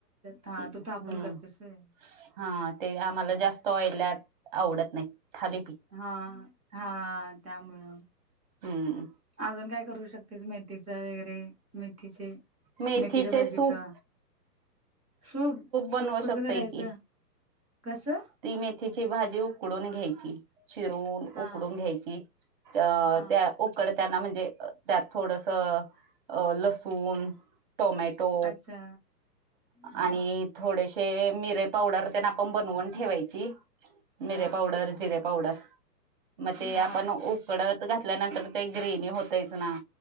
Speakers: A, in the centre; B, on the right.
A: हा.
B: हम्म
A: तू थापून करतीस होय.
B: हा. ते आम्हाला जास्त ऑयली आवडत नाही. थाली पी
A: हा. हा. त्यामुळं.
B: हम्.
A: अजून काय? करू शकतेस? मेथीच वगैरे मेथीचे.
B: मेथीचे
A: मेथीच्या भाजीचा
B: सूप
A: सूप,
B: बनवू
A: सूप कस?
B: शकतोय
A: करायचं?
B: की
A: कसं?
B: ती मेथीची भाजी उकडून घ्यायची. चिरून,
A: हां,
B: उकडून घ्यायची. अ.
A: हां,
B: त्या उकडताना म्हणजे? त्यात थोडंसं लसूण, टोमॅटो.
A: अच्छा हां.
B: आणि थोडेसे, मिरे पावडर तेन आपण बनवून ठेवायची. मिरे
A: हां.
B: पावडर, जिरे पावडर, मग ते
A: हा
B: आपण उ कढत घातल्यानंतर ते ग्रेनी होतयच ना.